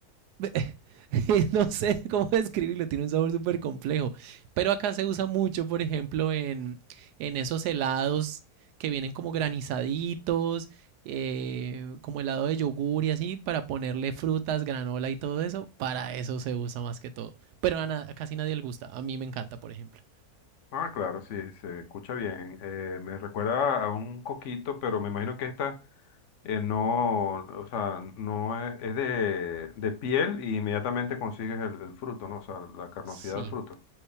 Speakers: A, on the right; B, on the left.
A: eh, <laughs> no sé cómo describirlo, tiene un sabor súper complejo. Pero acá se usa mucho, por ejemplo, en, en esos helados que vienen como granizaditos, eh, como helado de yogur y así, para ponerle frutas, granola y todo eso. Para eso se usa más que todo. Pero a, na- a casi nadie le gusta. A mí me encanta, por ejemplo.
B: Ah, claro, sí, se escucha bien. Eh, me recuerda a un coquito, pero me imagino que esta eh, no, o sea, no es, es de, de piel y inmediatamente consigues el, el fruto, ¿no? O sea, la carnosidad
A: Sí,
B: del fruto.